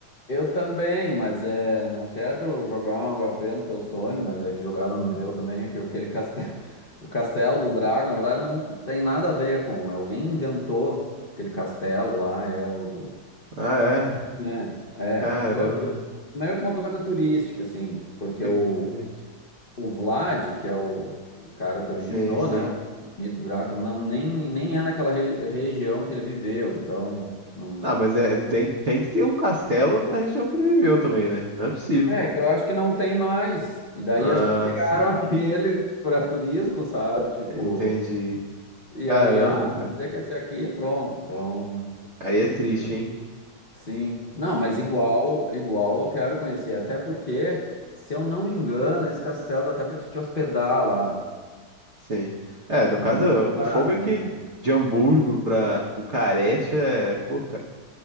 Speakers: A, on the left; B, on the right.
A: Eu também, mas é, não quero jogar algo a no teu sonho, mas é que jogaram no meu também, é que aquele castelo, <laughs> o castelo do Dragon, na verdade, não tem nada a ver com, é, alguém inventou aquele castelo lá, é o do...
B: Ah, é?
A: É, é,
B: Caramba,
A: ficou meio meio que uma coisa turística, assim, porque
B: que
A: o,
B: triste.
A: o Vlad, que é o, o cara que originou,
B: Sim, sim.
A: né, o mito Drácula, não, nem, nem é naquela re- região que ele viveu, então... Não,
B: Não, mas é, tem, tem que ter um castelo da região que ele viveu também, né? Não é possível,
A: É,
B: pô.
A: que eu acho que não tem mais. E daí
B: Ah,
A: acho que pegaram
B: sim.
A: <laughs> aquele para turismo, sabe? Tipo,
B: Entendi.
A: e
B: Caramba,
A: aí, ah, vamos
B: cara.
A: dizer que esse aqui é pronto. Então,
B: Aí é triste, hein?
A: sim. Não, mas igual, igual eu quero conhecer. Até porque, se eu não me engano, esse castelo dá até para te hospedar lá.
B: Sim. É, no
A: Não
B: caso,
A: dá muito
B: o
A: barato,
B: fogo é
A: né?
B: que de Hamburgo pra Bucareste é, pô, cara,